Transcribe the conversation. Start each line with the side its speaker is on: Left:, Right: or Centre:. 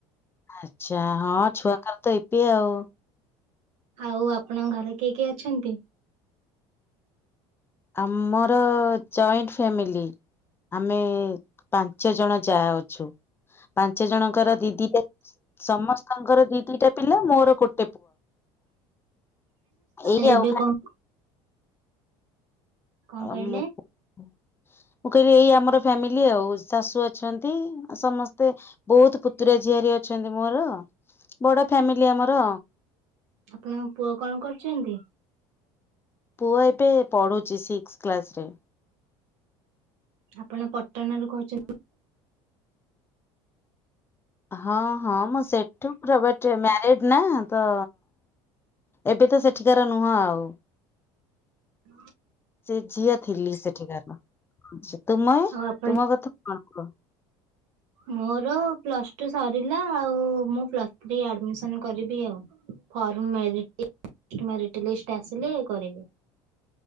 Left: ଆଚ୍ଛା ହଁ। ଛୁଆଙ୍କର ତ ୟିପି ଆଉ।
Right: ଆଉ ଆପଣଙ୍କ ଘରେ କିଏ କିଏ ଅଛନ୍ତି।
Left: ଆମର ଜଏଣ୍ଟ ଫ୍ୟାମିଲି ଆମେ ପାଞ୍ଚ ଜଣ ଯା ଅଛୁ। ପାଞ୍ଚ ଜଣଙ୍କର ଦି ଦିଟା ସମସ୍ତଙ୍କର ଦି ଦିଟା ପିଲା। ମୋର କୁଟ ଏଇ
Right: ଏବେ
Left: ଆଉ
Right: କଣ। କଣ
Left: ଆ
Right: କହିଲେ
Left: ମୁଁ। ମୁଁ କହିଲି ଏଇ ଆମର ଫ୍ୟାମିଲି ଆଉ ଶାଶୁ ଅଛନ୍ତି ସମସ୍ତେ ବହୁତ ପୁତୁରା ଝିଆରିି ଅଛନ୍ତି ମୋର ବଡ ଫ୍ୟାମିଲି ଆମର।
Right: ଆପଣଙ୍କ ପୁଅ କଣ କରୁଛନ୍ତି?
Left: ପୁଅ ଏବେ ପଢୁଛି ସିକ୍ସ କ୍ଲାସରେ।
Right: ଆପଣ ପଟଣାରୁ କହୁଛନ୍ତି।
Left: ହଁ ହଁ ମୁଁ ସେଠୁ ବଟ ମ୍ୟାରିଡ ନା ତ ଏବେ ତ ସେଠିକାର ନୁହଁ ଆଉ।
Right: ହ <inaudible>
Left: ସେ ଝିଅ ଥିଲି ସେଠିକାର। <unintelligible> ତୁମେ
Right: ଆଉ ଆପଣ
Left: ତୁମ କଥା କଣ? <unintelligible>
Right: ମୋର ପ୍ଲସ୍ ଟୁ ସରିଲା। ଆଉ ମୁଁ ପ୍ଲସ୍ ଥ୍ରୀ ଆଡମିସନ କରିବି ଆଉ ଫର୍ମ ମେରିଟ ଲିଷ୍ଟ ଆସିଲେ କରିବି।